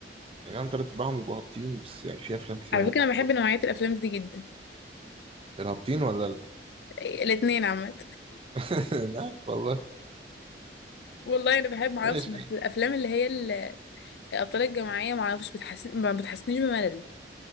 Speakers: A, on the right (about 30°); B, on the left (about 70°).
A: يعني عم تلات ارباعهم بيبقوا هابطين بس يعني في افلام كتير
B: على
A: انا
B: فكره
A: بحب
B: انا بحب
A: برضه
B: نوعيه الافلام دي جدا
A: الهابطين ولا لا
B: الاثنين عامه
A: <laughs> أنا عارف والله
B: <laughs> والله انا بحب معرفش
A: ماشي
B: بس الافلام اللي هي ال- الابطال الجماعيه معرفش بتحسن ما بتحسنيش بملل